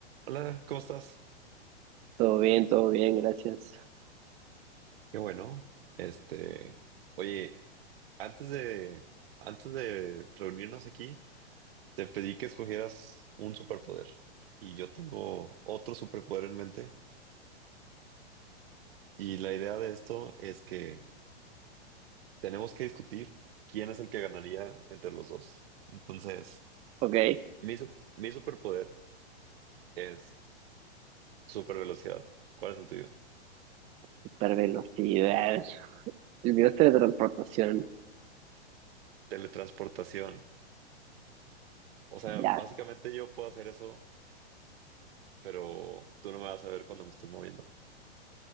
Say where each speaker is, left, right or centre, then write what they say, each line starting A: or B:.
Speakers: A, on the right; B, on the right.
A: Hola, ¿cómo estás?
B: Todo bien, todo bien, gracias.
A: Qué bueno. Este, oye, antes de, antes de reunirnos aquí, te pedí que escogieras un superpoder y yo tengo otro superpoder en mente y la idea de esto es que tenemos que discutir quién es el que ganaría entre los dos. Entonces,
B: Ok,
A: mi, sup- mi superpoder es supervelocidad. ¿Cuál es el tuyo?
B: super velocidad. El video es teletransportación.
A: Teletransportación. O sea,
B: Ya.
A: básicamente yo puedo hacer eso, pero tú no me vas a ver cuando me estoy moviendo.